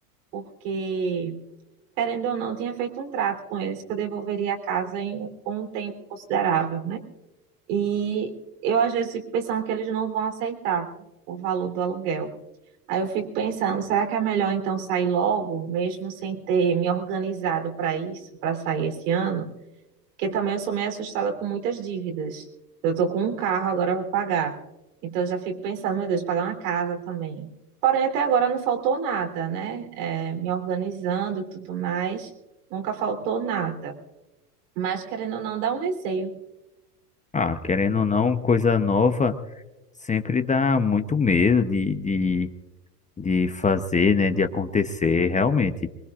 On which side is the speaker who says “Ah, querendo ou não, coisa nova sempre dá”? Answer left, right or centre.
Left